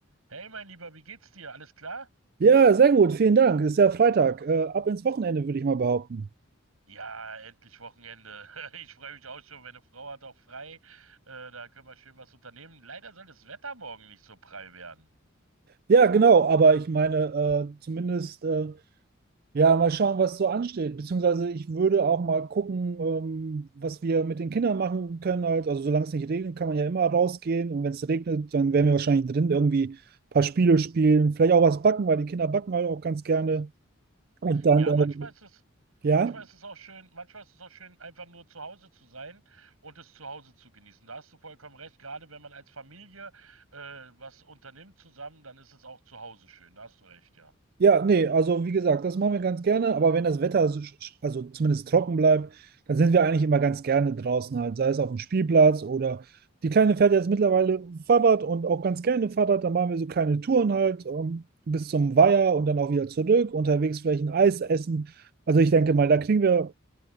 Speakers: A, on the right; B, on the right.
A: Hey, mein Lieber, wie geht's dir? Alles klar?
B: Ja, sehr gut, vielen Dank. Ist ja Freitag. Äh, ab ins Wochenende, würde ich mal behaupten.
A: Ja, endlich Wochenende. <laughs> Ich freue mich auch schon. Meine Frau hat auch frei. Äh, da können wir schön was unternehmen. Leider soll das Wetter morgen nicht so prall werden.
B: Ja, genau, aber ich meine, äh, zumindest, äh, ja, mal schauen, was so ansteht. Beziehungsweise ich würde auch mal gucken, ähm, was wir mit den Kindern machen können. Halt. Also solange es nicht regnet, kann man ja immer rausgehen. Und wenn es regnet, dann werden wir wahrscheinlich drin irgendwie ein paar Spiele spielen. Vielleicht auch was backen, weil die Kinder backen halt auch ganz gerne. Und dann,
A: Ja,
B: ähm,
A: manchmal ist es,
B: ja.
A: manchmal ist es auch schön, manchmal ist es auch schön, einfach nur zu Hause zu sein und es zu Hause zu genießen. Da hast du vollkommen recht. Gerade wenn man als Familie äh, was unternimmt zusammen, dann ist es auch zu Hause schön. Da hast du recht, ja.
B: Ja, nee, also wie gesagt, das machen wir ganz gerne, aber wenn das Wetter, so sch- sch- also zumindest trocken bleibt, dann sind wir eigentlich immer ganz gerne draußen halt, sei es auf dem Spielplatz oder die Kleine fährt jetzt mittlerweile Fahrrad und auch ganz gerne Fahrrad, dann machen wir so kleine Touren halt ähm, bis zum Weiher und dann auch wieder zurück, unterwegs vielleicht ein Eis essen. Also ich denke mal, da kriegen wir